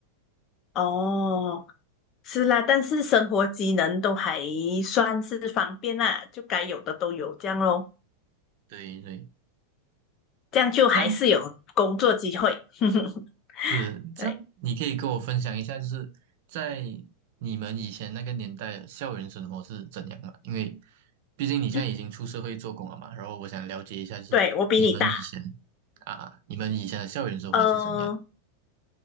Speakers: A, on the left (about 35°); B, on the right (about 50°).
A: 哦，是啦，但是生活机能都还算是方便啦，就该有的都有，这样咯，
B: 对对，
A: 这样就还是有工作机会。
B: 但
A: <laughs>
B: 是这样，
A: 对，
B: 你可以跟我分享一下，就是在你们以前那个年代的校园生活是怎样的？因为毕竟你现在已经出社会做工了嘛，
A: 嗯
B: 然后我想了解一下，就是你们以前
A: 对，我比你大。
B: 啊，你们以前的校园生活是怎样的？
A: 嗯，